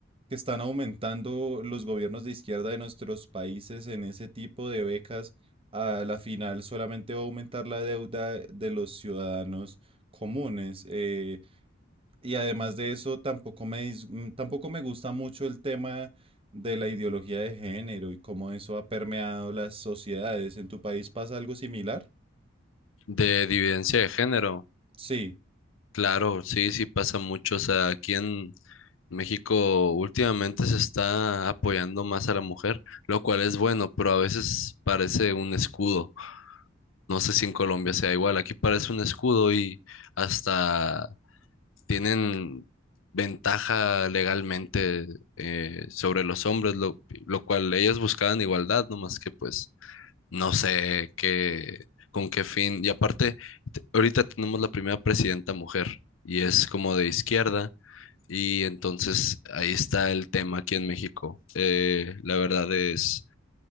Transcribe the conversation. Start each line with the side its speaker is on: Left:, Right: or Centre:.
Right: que están aumentando los gobiernos de izquierda de nuestros países en ese tipo de becas, a la final solamente va a aumentar la deuda de los ciudadanos comunes. eh, y además de eso, tampoco me, dis- mm, tampoco me gusta mucho el tema de la ideología de género y cómo eso ha permeado las sociedades. ¿En tu país pasa algo similar?
Left: De dividencia de género,
Right: Sí.
Left: claro, sí, sí pasa mucho, o sea, aquí en México últimamente se está apoyando más a la mujer, lo cual es bueno, pero a veces parece un escudo, no sé si en Colombia sea igual, aquí parece un escudo y hasta tienen ventaja legalmente eh, sobre los hombres, lo, lo cual ellas buscaban igualdad, no más que pues No sé qué, con qué fin. Y aparte, te- ahorita tenemos la primera presidenta mujer y es como de izquierda. Y entonces ahí está el tema aquí en México. Eh, la verdad es